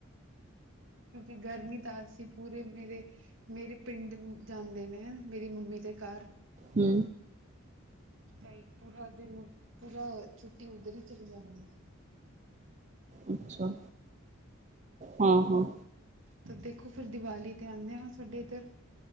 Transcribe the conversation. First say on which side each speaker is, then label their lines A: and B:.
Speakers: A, on the right; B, on the right.
A: ਕਿਉਂਕਿ ਗਰਮੀ ਤਾਂ ਅਸੀਂ ਪੂਰੇ ਮੇਰੇ ਮੇਰੇ ਪਿੰਡ ਜਾਂਦੇ ਨੇ ਮੇਰੀ ਮੰਮੀ ਦੇ ਘਰ
B: ਹੂੰ
A: ਤਾਂ ਇੱਕ ਪੂਰਾ ਦਿਨ ਪੂਰਾ ਛੁੱਟੀ ਉੱਧਰ ਹੀ ਚੱਲ ਜਾਂਦੀ ਆ।
B: ਅੱਛਾ ਹਾਂ, ਹਾਂ।
A: ਤਾਂ ਦੇਖੋ ਫਿਰ ਦੀਵਾਲੀ ਤੇ ਆਂਦੇ ਆ ਸਾਡੇ ਇੱਧਰ